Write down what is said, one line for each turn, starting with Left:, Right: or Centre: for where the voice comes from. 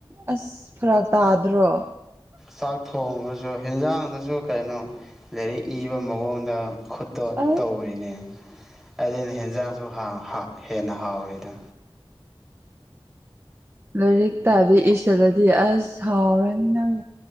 Right: ꯑꯁ ꯐꯔꯥꯛ ꯇꯥꯗ꯭ꯔꯣ
Centre: ꯆꯥꯛ ꯊꯣꯡꯉꯁꯨ ꯍꯦꯟꯖꯥꯡꯗꯁꯨ ꯀꯩꯅꯣ ꯂꯥꯏꯔꯤꯛ ꯏꯕ ꯃꯑꯣꯡꯗ ꯈꯨꯠꯇꯣ
Right: ꯑꯁ
Centre: ꯇꯧꯔꯤꯅꯦ ꯑꯗꯨꯅ ꯍꯦꯟꯖꯥꯡꯁꯨ ꯍꯥꯎ ꯍꯦꯟꯅ ꯍꯥꯎꯔꯤꯗꯣ
Right: ꯂꯥꯏꯔꯤꯛ ꯇꯥꯇꯤ ꯏꯁꯤꯜꯂꯗꯤ ꯑꯁ ꯍꯥꯎꯔꯅꯤ ꯅꯪ